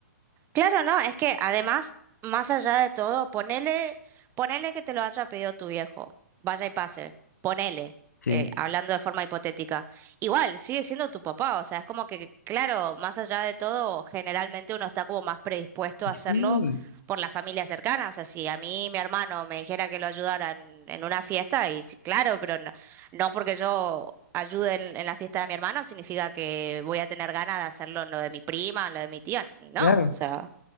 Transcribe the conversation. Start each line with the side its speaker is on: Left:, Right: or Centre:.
Right: Claro, no, es que además, más allá de todo, ponele, ponele que te lo haya pedido tu viejo, vaya y pase, ponele,
Left: Sí.
Right: eh, hablando de forma hipotética. Igual, sigue siendo tu papá, o sea, es como que, claro, más allá de todo, generalmente uno está como más predispuesto
Left: Y
Right: a hacerlo
Left: sí,
Right: por la familia cercana, o sea, si a mí mi hermano me dijera que lo ayudara en, en una fiesta, y sí, claro, pero no, no porque yo... ayude en, en la fiesta de mi hermano significa que voy a tener ganas de hacerlo en lo de mi prima, en lo de mi tía. No,
Left: claro,
Right: o sea.